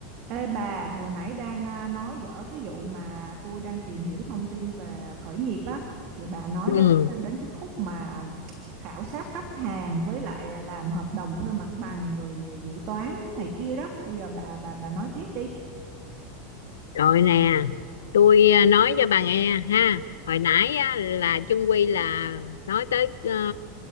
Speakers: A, on the right; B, on the left.
A: Ê bà, hồi nãy đang à, nói dở cái vụ mà tôi đang tìm hiểu thông tin về khởi nghiệp á, thì bà nói
B: Ừ,
A: đến đến cái khúc mà khảo sát khách hàng với lại ờ, làm hợp đồng thuê mặt bằng rồi ờ, dự toán này kia đó. Bây giờ bà bà bà nói tiếp đi.
B: rồi nè, tôi à, nói cho bà nghe ha. Hồi nãy á, là chung quy là nói tới ờ,